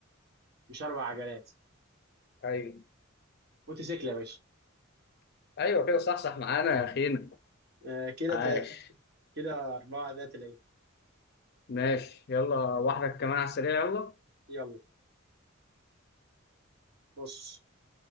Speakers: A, on the right; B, on the left.
A: مش أربع عجلات
B: ايوه
A: موتوسيكل يا باشا
B: ايوه كده صح صح معانا يا اخينا
A: آه كده
B: عاش
A: تا- كده أربعة ذات العين
B: ماشي يلا واحدة كمان على السريع يلا
A: يلا بص